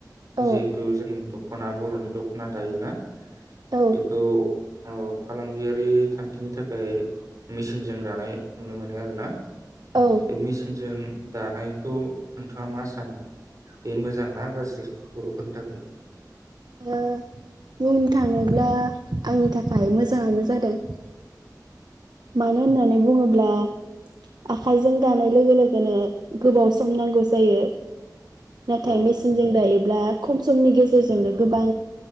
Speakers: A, on the right; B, on the right.
A: औ
B: जिहेथु जोंनि दख'ना बर'नि दख'ना जायोना?
A: औ
B: बेखौ फालांगियारि थांखिनि थाखाय मेसिनजों दानाय नुनो मोनो आरो ना?
A: औ ओ
B: बे मेसिनजों दानाय बखौ नोंथाङा मा सानो? बे मोजांना गाज्रि बर'फोरनि थाखाय?
A: ह बुं <unintelligible> थाङोब्ला आंनि थाखाय मोजाङानो जादों। मानो होन्नानै बुङोब्ला आखायजों दानाय लोगो लोगोनो गोबाव सम नांगौ जायो। नाथाय
B: औ
A: मेचनजों दायो खम समनि गेजेरजोंनो गोबां